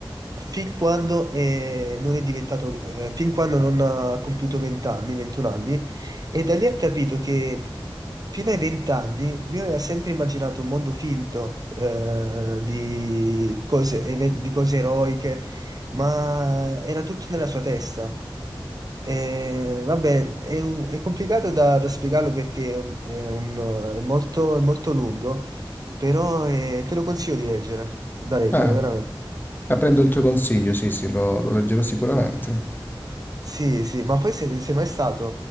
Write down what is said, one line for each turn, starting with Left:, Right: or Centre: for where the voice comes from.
Right: fin quando eh, non è diventato, eh, fin quando non ha compiuto 20 anni, 21 anni, e da lì ha capito che fino ai 20 anni lui aveva sempre immaginato un mondo finto eh, di cose, eve- di cose eroiche, ma era tutto nella sua testa. Eh, vabbè, è, un- è complicato da, da spiegarlo perché è, un- è molto, è molto lungo, però eh, te lo consiglio di leggere, da leggere
Left: Eh,
Right: veramente.
Left: eh, prendo il tuo consiglio, sì, sì, lo, lo leggerò sicuramente.
Right: Sì, sì, ma poi se sei mai stato,